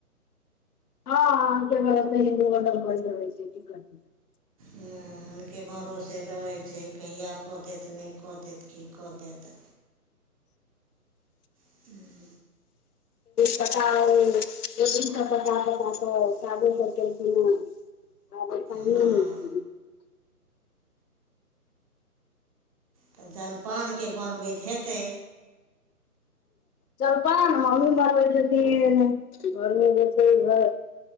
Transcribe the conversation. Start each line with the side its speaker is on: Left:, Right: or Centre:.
Left: हँ <unintelligible>
Right: ह हुनके भरोसे रहै छै कहिया कऽ देत नहि कऽ देत की कऽ देत <unintelligible>
Left: पता पता पता कऽ कादो सब केलखिन हन <unintelligible>
Right: हँ तऽ जलपानके बनबैत हेतै
Left: जल पान ने मम्मी बानबै छथिन घरमे जे छै घर